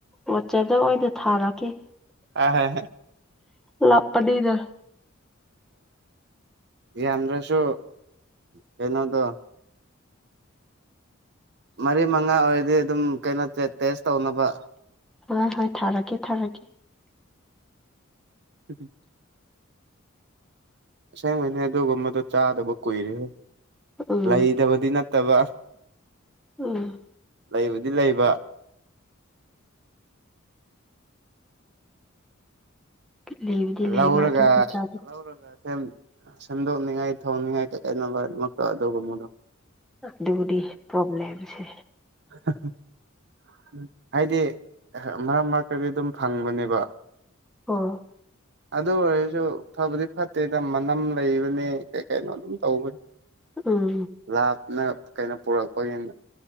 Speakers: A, in the centre; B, on the right.
A: ꯋꯥꯆꯦꯞꯇ ꯑꯣꯏꯅꯗ ꯊꯥꯔꯛꯀꯦ
B: ꯑꯍꯥ
A: ꯂꯥꯞꯄꯅꯤꯅ
B: ꯌꯥꯝꯗ꯭ꯔꯁꯨ ꯀꯩꯅꯣꯗꯣ ꯃꯔꯤ ꯃꯉꯥ ꯑꯣꯏꯔꯗꯤ ꯑꯗꯨꯝ ꯀꯩꯅꯣ ꯇꯦꯁ ꯇꯧꯅꯕ
A: ꯍꯣꯏ ꯍꯣꯏ ꯊꯥꯔꯛꯀꯦ ꯊꯥꯔꯛꯀꯦ
B: ꯎꯝ ꯁꯦꯡ ꯈꯅꯦ ꯑꯗꯨꯒꯨꯝ ꯃꯗꯣ ꯆꯥꯗꯕ ꯀꯨꯏꯔꯦ
A: ꯎꯝ
B: ꯂꯩꯇꯕꯗꯤ ꯅꯠꯇꯕ
A: ꯎꯝ
B: ꯂꯩꯕꯨꯗꯤ ꯂꯩꯕ
A: ꯂꯩꯕꯨꯗꯤ ꯂꯩꯕ
B: ꯂꯧꯔꯒ
A: ꯑꯗꯨꯒꯤ ꯆꯥꯕ
B: ꯂꯧꯔꯒ ꯁꯦꯝ ꯁꯦꯝꯗꯣꯛꯅꯤꯡꯉꯥꯏ ꯊꯣꯡꯅꯤꯡꯉꯥꯏ ꯀꯠꯗꯠꯅꯕꯃꯛꯇꯣ ꯑꯗꯨꯒꯨꯝ ꯃꯗꯣ
A: ꯗꯔꯤ ꯄꯣꯕ꯭ꯂꯂꯦꯝꯂꯦꯝꯁꯦ
B: ꯎ ꯎ ꯍꯥꯏꯗꯤ ꯃꯔꯛ ꯃꯔꯛꯇꯗꯤ ꯑꯗꯨꯝ ꯐꯪꯕꯅꯦꯕ ꯑ
A: ꯑꯣ
B: ꯑꯗꯨ ꯑꯣꯏꯔꯁꯨ ꯐꯕꯗꯤ ꯐꯠꯇꯦꯗ ꯃꯅꯝ ꯂꯩꯕꯅꯦ ꯀꯩꯅꯣ ꯑꯗꯨꯝ ꯇꯧꯕꯅꯤ
A: ꯎꯝ
B: ꯂꯥꯞꯅ ꯀꯩꯅꯣ ꯄꯨꯔꯛꯄꯒꯤꯅ